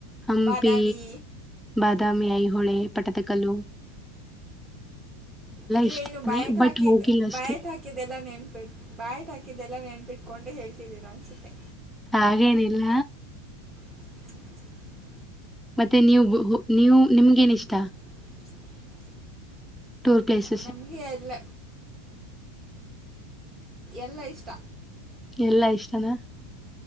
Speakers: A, in the centre; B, on the right.
A: ಹಂಪಿ
B: ಬಾದಾಮಿ
A: ಬಾದಾಮಿ ಐಹೊಳೆ ಪಟದಕಲುು
B: ಇದು
A: ಇಷ್ಟನೇ
B: ಏನು ಬಯಟ್
A: ಬಟ್
B: ಹಾಕಿದ್ದ್
A: ಹೋಗಿಲ್ಲ ಅಷ್ಟೇ
B: ಬಯಟ್ ಹಾಕ ಹಾಕಿದ್ದೆಲ್ಲ ನೆನ್ಪಿು ಬಯಟ್ ಹಾಕಿದ್ದೆಲ್ಲ ನೆನ್ಪಿಟ್ಕೊಂಡು ಹೇಳ್ತಿದ್ದೀರ ಅನ್ಸುತ್ತೆ
A: ಹಾಗೇನಿಲ್ಲ
B: <unintelligible>
A: ಮತ್ತೆ ನೀವು ನೀವು ನಿಮ್ಗ ಏನ್ ಇಷ್ಟ.
B: <inaudible>
A: ಟುರ್ ಪೇಸ್
B: ನಮಗೆ ಎಲ್ಲ ಎಲ್ಲ ಇಷ್ಟ.
A: ಎಲ್ಲಾ ಇಷ್ಟನ.